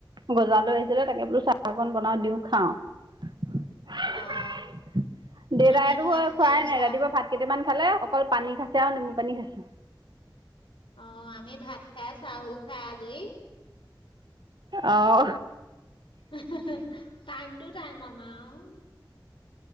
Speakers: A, on the right; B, on the left.
A: গজালৈ আহিছিলে তাকে বোলো চাহ অকন বনাও দিওঁ খাওঁ। <unintelligible>
B: অ'
A: দেউতাইটো
B: আমি ভাত
A: খোৱাই
B: খায়ো
A: নাই
B: চাহ
A: ৰাতিপুৱা ভাত। কেইটামান খালে অকল পানী খাইছে আৰু নেমু পানী খাইছে।
B: অ আমি ভাত খাই চাহ ঊ খাই আজৰি।
A: অহ।
B: <unintelligible> টাইম টো টাইম আমাৰ আৰু।